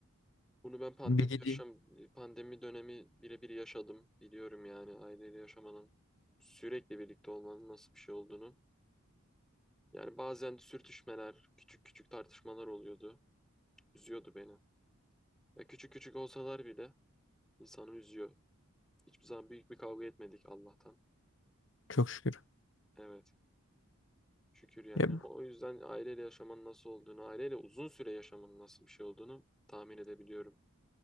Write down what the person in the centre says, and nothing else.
Bunu ben pandemi
yaşam pandemi dönemi birebir yaşadım. Biliyorum yani aileyle yaşamanın sürekli birlikte olmanın nasıl bir şey olduğunu. Yani bazen sürtüşmeler, küçük küçük tartışmalar oluyordu. Üzüyordu beni. Ya küçük küçük olsalar bile insanı üzüyor. Hiçbir zaman büyük bir kavga etmedik Allah'tan.
Evet. Şükür yani.
O yüzden aileyle yaşamanın nasıl olduğunu, aileyle uzun süre yaşamanın nasıl bir şey olduğunu tahmin edebiliyorum.